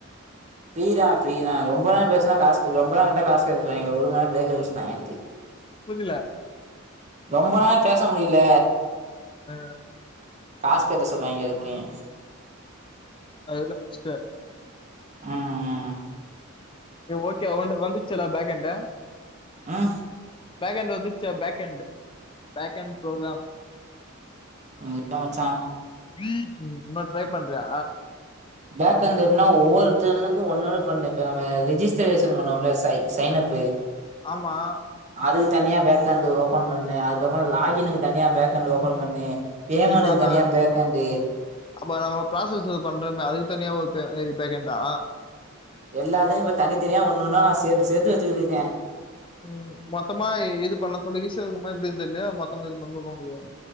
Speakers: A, on the right; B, on the left.
A: ஃப்ரீதா ஃப்ரீதா ரொம்ப நேரோ பேசா காசு ரொம்ப நேரோ காசு எடுத்துறுவாங்க ஒரு மணி நேரோ பிரேக்கர்ங்கத்து
B: புதுல
A: ரொம்ப நேரோ பேச முடியல
B: ஆ
A: காசு கட்ட சொன்னாங்க அதுக்குல்லயு
B: அதெல்லா <unintelligible> பச்சன்
A: உ உம்
B: ஹ <inaudible> ஓகே ஒ வந்துச்சல பேக்கண்ட
A: ஆ
B: பேக்கண்ட் வந்துச்ச பேக்கண்ட் பேக்கண் ப்ரோகிராம்
A: அ ஹலோ மச்சா
B: ம் இன்னு ட்ரை பண்றியா
A: பேக் வந்து எப்பனா ஒவ்வொருத்தருனுக்கு ஒண்ணுன்னு பண்ண இப்ப நம்ம ரிஜிஸ்டரேஷன் பண்ணுவோ இல்லையா சை சை அப்பு
B: ஆமா
A: அதுக்கு தனியா வேக்கண்டு ஓபன் பண்ணு அதுக்கப்புறோ லாகினுக்கு தனியா வேகண்டு ஓபன் பண்ணு பேமெண்ட்டுக்கு
B: இப்ப அந்த
A: தனியா வேக்கண்டு
B: அப்ப நம்ம பராசஸ் பண்றமே அத <unintelligible> பே கண்டா
A: எல்லாத்துக்கு இப்ப தனித்தனியா ஒன்னு ஒன்னா நா சேத்து சேத்து வச்சிட்டு இருக்கே
B: ம் மொத்தமா இது பண்ண சொல்ல ஈசியா இருக்குமா எப்டின் தெரியலையா மொத்தமா இது <unintelligible> <unintelligible>